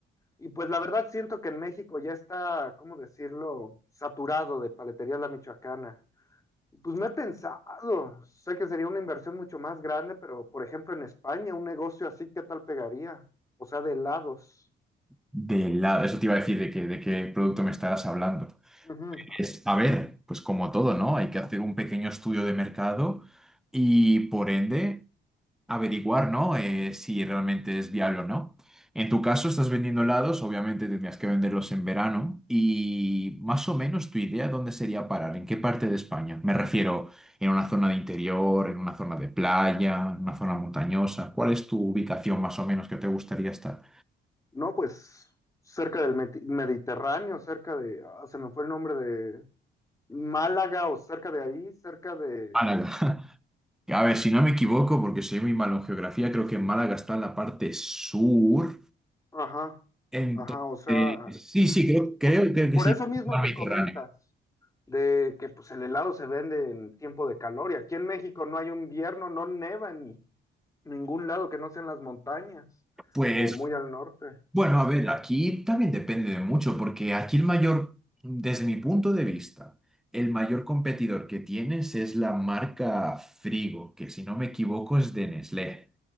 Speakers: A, on the left (about 15°); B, in the centre.
A: Y pues la verdad siento que en México ya está, ¿cómo decirlo?, saturado de paleterías La Michoacana. Pues me he pensado, sé que sería una inversión mucho más grande, pero por ejemplo en España, un negocio así, ¿qué tal pegaría? O sea, de helados.
B: De la... Eso te iba a decir de qué, de qué producto me estabas hablando.
A: Ujú.
B: Es, a ver, pues como todo, ¿no? Hay que hacer un pequeño estudio de mercado y por ende... averiguar, ¿no? Eh, si realmente es viable o no. En tu caso, estás vendiendo helados, obviamente tendrías que venderlos en verano. Y más o menos tu idea, ¿dónde sería parar? ¿En qué parte de España? Me refiero, ¿en una zona de interior, en una zona de playa, en una zona montañosa? ¿Cuál es tu ubicación más o menos que te gustaría estar?
A: No, pues cerca del Medi- Mediterráneo, cerca de, ah, se me fue el nombre de Málaga o cerca de ahí, cerca de,
B: Málaga. <laughs> A ver, si no me equivoco, porque soy muy malo en geografía, creo que Málaga está en la parte sur.
A: ajá,
B: Entonces,
A: ajá, o sea,
B: sí, sí, creo, creo,
A: por,
B: creo que
A: por
B: sí,
A: eso mismo
B: mar
A: que
B: Mediterráneo.
A: comentas, de que pues el helado se vende en tiempo de calor y aquí en México no hay un invierno, no neva en ningún lado que no sean las montañas
B: Pues
A: o muy al norte.
B: Bueno, a ver, aquí también depende de mucho, porque aquí el mayor, desde mi punto de vista, el mayor competidor que tienes es la marca Frigo, que si no me equivoco es de Nestlé.